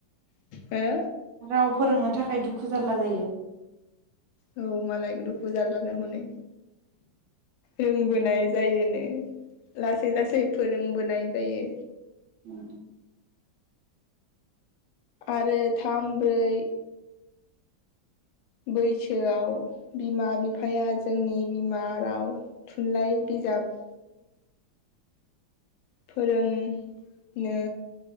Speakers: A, on the left (about 85°); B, on the right (about 80°).
A: हो
B: राव फोरोंनो थाखाय दुखु जार्ला जायो
A: औ मालाय दुखु जारल्लनो हनै रोंबोनाय जायोनो लासै लासै फोरोंबोनाय जायो
B: उम
A: आरो थाम ब्रै बैसोआव बिमा बिफाया जोंनि बिमा राव थुनलाइ बिजाब फोरोंनो